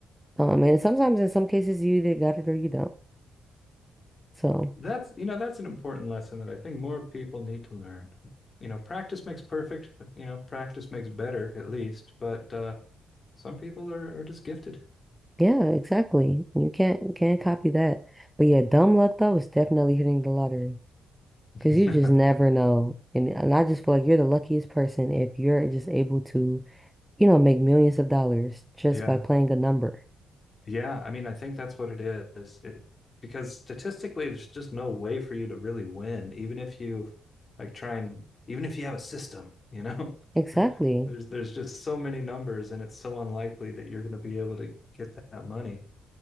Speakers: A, in the centre; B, on the left (about 35°).
A: Um, and sometimes in some cases you either got it or you don't. So
B: That's, you know, that's an important lesson that I think more people need to learn. You know, practice makes perfect, but, you know, practice makes better at least, but uh, some people are, are just gifted.
A: yeah, exactly. You can't you can't copy that. But yeah, dumb luck though is definitely hitting the lottery because
B: <laughs>
A: you just never know. And and I just feel like you're the luckiest person if you're just able to, you know, make millions of dollars just
B: Yeah.
A: by playing a number.
B: Yeah, I mean, I think that's what it is. It because statistically, there's just no way for you to really win, even if you like try and even if you have a system, you know.
A: Exactly.
B: <laughs> There's there's just so many numbers, and it's so unlikely that you're going to be able to get that money.